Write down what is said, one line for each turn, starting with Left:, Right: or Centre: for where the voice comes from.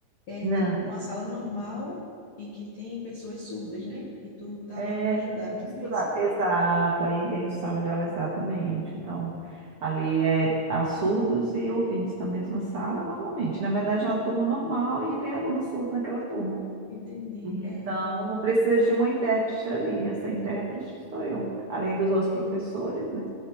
Left: É
Right: Não.
Left: tipo uma sala normal e que tem pessoas surdas, né? E tu tá
Right: É
Left: lá para ajudar, né?
Right: misturado.
Left: Não é isso?
Right: Exato, aí dentro de sala de aula, exatamente. Então, ali é há surdos e ouvintes na mesma sala, normalmente. Na verdade, é uma turma normal e tem alunos surdos naquela turma.
Left: Entendi.
Right: Então,
Left: É.
Right: precisa de uma intérprete ali. Essa intérprete sou eu, além dos outros professores, né?